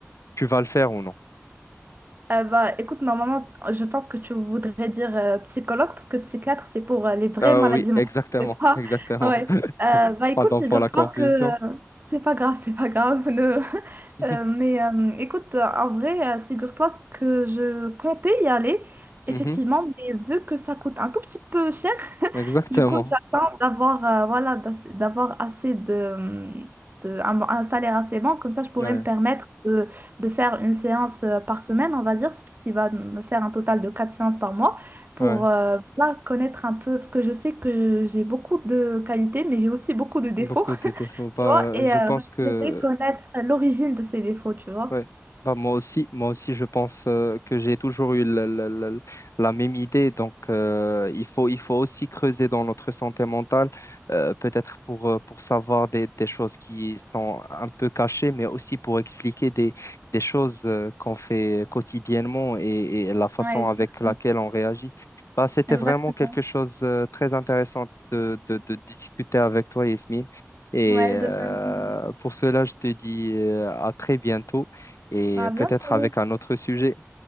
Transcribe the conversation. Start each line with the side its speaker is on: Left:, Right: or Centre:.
Left: tu vas le faire ou non?
Right: euh, bah, écoute, normalement, je pense que tu voudrais dire euh, psychologue, parce que psychiatre, c'est pour euh, les vraies
Left: Ah
Right: maladies
Left: oui,
Right: mentales,
Left: exactement,
Right: <laughs> c'est pas...
Left: exactement.
Right: Ouais.
Left: <laughs>
Right: Euh, bah, écoute,
Left: Pardon
Right: figure-toi
Left: pour la confusion.
Right: que... euh, c'est pas grave, c'est pas grave. ne- <laughs>
Left: <laughs>
Right: Euh, mais euh, écoute, euh, en vrai, euh, figure-toi que je comptais y aller, effectivement,
Left: Mhm,
Right: mais vu que ça coûte un tout petit peu cher, <laughs>
Left: exactement.
Right: du coup, j'attends d'avoir euh, voilà, d'ass- d'avoir assez de, de- un, un salaire assez bon, comme ça, je pourrais
Left: Ouais,
Right: me permettre de faire une séance euh, par semaine, on va dire, ce qui va me faire un total de quatre séances par mois pour
Left: ouais.
Right: euh, voilà, connaître un peu, parce que je sais que j'ai beaucoup de qualités, mais j'ai aussi beaucoup de défauts,
Left: Beaucoup
Right: <laughs>
Left: de défauts. Bah,
Right: tu vois, et
Left: je
Right: euh,
Left: pense que
Right: j'aimerais connaître l'origine de ces défauts, tu vois.
Left: Ouais. Bah, moi aussi, moi aussi, je pense euh, que j'ai toujours eu la, la- la- la même idée. Donc, euh, il faut, il faut aussi creuser dans notre santé mentale, euh, peut-être pour, euh, pour savoir des, des choses qui sont un peu cachées, mais aussi pour expliquer des, des choses euh, qu'on fait quotidiennement et, et la façon
Right: Ouais, exactement.
Left: avec laquelle on réagit. Bah, c'était
Right: Exactement.
Left: vraiment quelque chose de très intéressant de, de, de discuter avec toi, Yasmine. Et
Right: Ouais,
Left: euh,
Right: de même.
Left: pour cela, je te dis euh, à très bientôt et
Right: Ah,
Left: peut-être
Right: bientôt.
Left: avec un autre sujet.